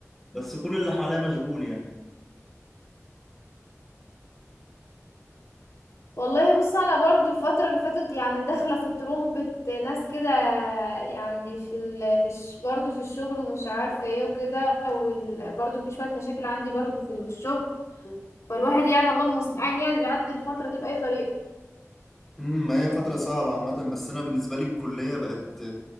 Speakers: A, in the centre; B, on the left.
A: بس كل اللي حواليا مشغول يعني
B: والله بص انا برضو الفترة اللي فاتت يعني داخلة في ترومبة ناس كده يعني في ال... في الش... برضو في الشغل ومش عارفة ايه وكده وال... برضو في شوية مشاكل عندي برضو في الشغل فالواحد يعني الله المستعان يعني بيعدي الفترة دي بأي طريقة
A: امم ما هي فترة صعبة عامة بس أنا بالنسبة لي الكلية بقت